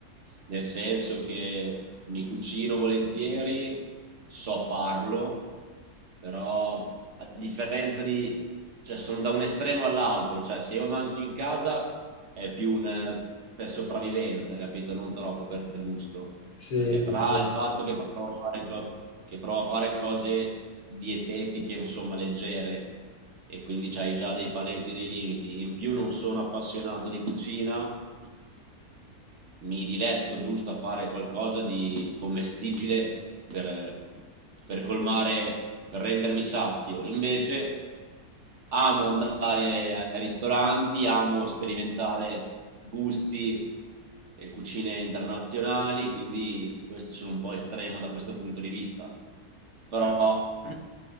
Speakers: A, on the right; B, on the left.
A: nel senso che mi cucino volentieri, so farlo, però a differenza di, cioè sono da un estremo all'altro, cioè se io mangio in casa è più un, eh, per sopravvivenza, capito? Non troppo per gusto,
B: Sì,
A: perché
B: sì,
A: tra
B: sì.
A: il fatto che provo a fare, co- che provo a fare cose dietetiche, insomma, leggere, e quindi hai già dei paletti e dei limiti, in più non sono appassionato di cucina, mi diletto giusto a fare qualcosa di commestibile per, per colmare, per rendermi sazio. Invece amo andare ai ristoranti, amo sperimentare gusti e cucine internazionali, quindi questo sono un po' estremo da questo punto di vista. Però <clears throat>